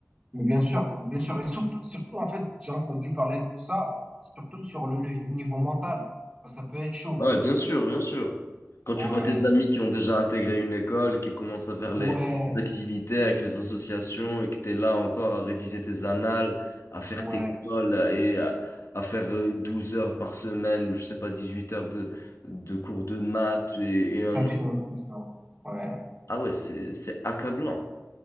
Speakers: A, on the right; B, on the left.
A: Mais bien sûr, bien sûr. Et surtout, surtout en fait, j'ai entendu parler de ça, surtout sur le nu- niveau mental. Ça, ça peut être chaud.
B: Ouais, bien sûr, bien sûr. Quand
A: Ouais,
B: tu vois tes amis qui ont déjà intégré une école et qui commencent à faire les,
A: ouais,
B: les activités avec les associations et que t'es là encore à réviser tes annales, à faire
A: ouais,
B: tes cols et à, à faire euh, 12 heures par semaine ou je sais pas, 18 heures de, de cours de maths et, et un
A: très
B: autre.
A: chaud, très chaud. Ouais,
B: Ah ouais, c'est, c'est accablant,